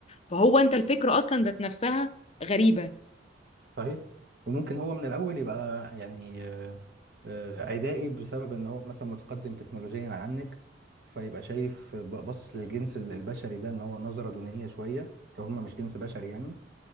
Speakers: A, on the left; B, on the right.
A: فهو انت الفكرة اصلا ذات نفسها غريبة
B: صحيح وممكن هو من الأول يبقى يعني آه، آه، عدائي بسبب ان هو مثلا متقدم تكنولوجيا عنك فيبقى شايف ب- باصص للجنس ال- البشري ده ان هو نظرة دونية شوية لو هم مش جنس بشري يعني